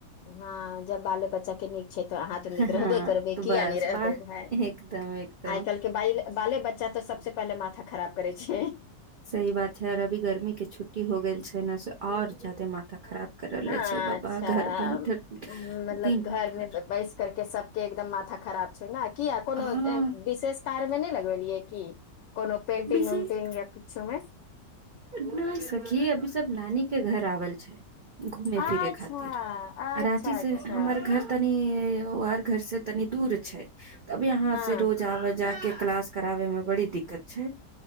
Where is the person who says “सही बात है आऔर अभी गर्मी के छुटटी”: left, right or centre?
Right